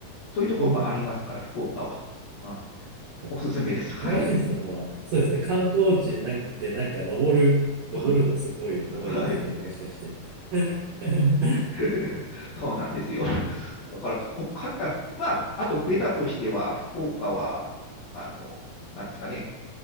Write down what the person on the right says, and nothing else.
うん。
か
平林さんは、そうですね、観光地なんかでなんか登る、登るのすごい多いですね、
もしかして。<laughs>